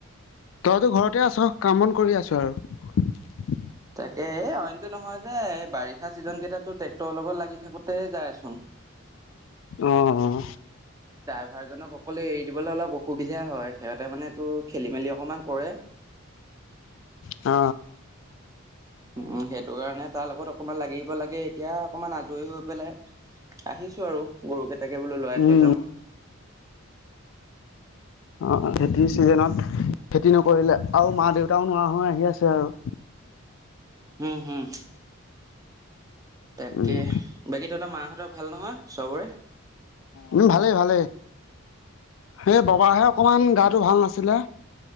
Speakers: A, on the left; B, on the right.
A: তইতো ঘৰতে আছ। কামবন কৰি আছোঁ আৰু
B: তাকে এই অইনতো নহয় যে এই বাৰিষা চিজন কেইটাতো ট্ৰেক্টৰৰ লগত লাগি থাকোতে যায়চোন।
A: আহ
B: ডভাৰজনক অকলে এৰি দিবলৈ অলপ অসুবিধা হয় সিহঁতে মানে তটো খেলি মেলি অকণমান কৰে।
A: অ
B: উম সেইটো কাৰণে তাৰ লগত অকমান লাগিব লাগে এতিয়া অকমান আজৰি হৈ পেলাই আহিছো আৰু গৰু কেইটাকে বোলো লৰাই
A: উম,
B: থৈ যাও
A: অ খেতি চিজনত খেতি নকৰিলে আৰু মা দেউতাও নোৱা হৈ আহি আছে আৰু
B: উম হম তাকে
A: উম।
B: বাকী ত তৰ মাহঁতৰ ভাল নহয় চবৰে?
A: উম ভালেই ভালেই। হেই ববাহে অকমান গাটো ভাল নাছিলে।